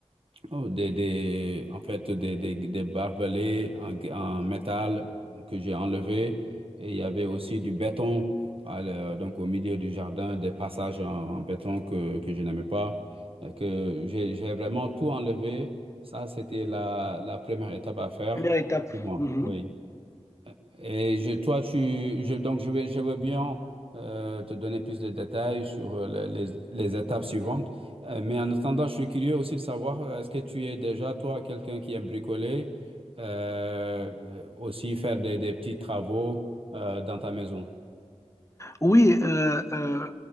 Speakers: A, on the right (about 50°); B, on the left (about 25°).
A: Oh, des, des, en fait, des, des, des barbelés en, en métal que j'ai enlevés. Et il y avait aussi du béton, à la- donc au milieu du jardin, des passages en, en béton que, que je n'aimais pas. Et que j'ai, j'ai vraiment tout enlevé. Ça, c'était la, la première étape à faire
B: Première étape.
A: pour moi.
B: Mhm.
A: Oui. Et je- toi, tu, je- donc je vais, je veux bien euh, te donner plus de détails sur euh, le- les, les étapes suivantes. Euh, mais en attendant, je suis curieux aussi de savoir, euh, est-ce que tu es déjà, toi, quelqu'un qui aime bricoler, euh, euh, aussi faire des, des petits travaux euh, dans ta maison?
B: Oui, euh, euh,